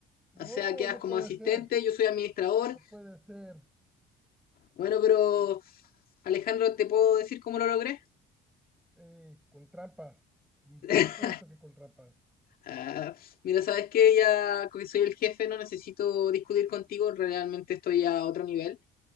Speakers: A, in the centre; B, on the left.
A: No,
B: O sea, quedas
A: no
B: como
A: puede
B: asistente,
A: ser,
B: yo soy administrador.
A: no puede ser.
B: Bueno, pero Alejandro, ¿te puedo decir cómo lo logré?
A: eh, con trampas, mm, por
B: <laughs>
A: supuesto que con trampas.
B: Ah, mira, sabes que ya que soy el jefe, no necesito discutir contigo, realmente estoy a otro nivel.